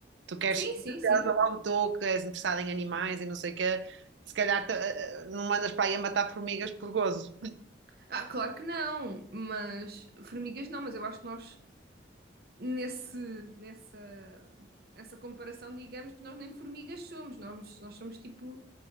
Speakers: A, on the right; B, on the right.
A: Tu queres,
B: Sim,
A: se és
B: sim, sim.
A: logo tu que és interessado em animais e não sei o quê, se calhar te- eh, eh, não mandas para aí a matar formigas por gozo.
B: Ah, claro que não, mas formigas não, mas eu acho que nós nesse, nessa, nessa comparação, digamos, nós nem formigas somos, nós, nós somos tipo